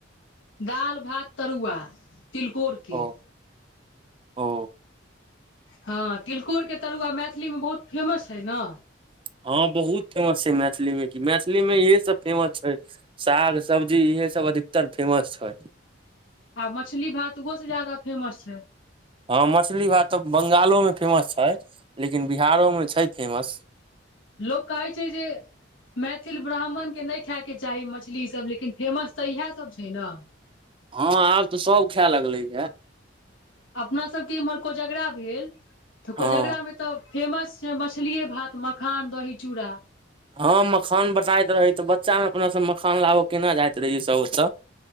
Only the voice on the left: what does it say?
दाल, भात तरुआ तिलकोर के
हँ तिलकोरके तरुआ मैथिलीमे बहुत फेमस है हइ न।
आ मछली भात उहो से ज्यादा फेमस छै।
लोकग कहै छै जेे मैथिल ब्राह्मणके नहि खाायके चाही मछली इ सभ लेकिन फेमस तऽ इहासब छै ना।
अपना सबके इम्हर कोजगरा भेल तऽ कोजगरा
मे तऽ फेमस छै मछलीए भात मखान दही चूड़ा।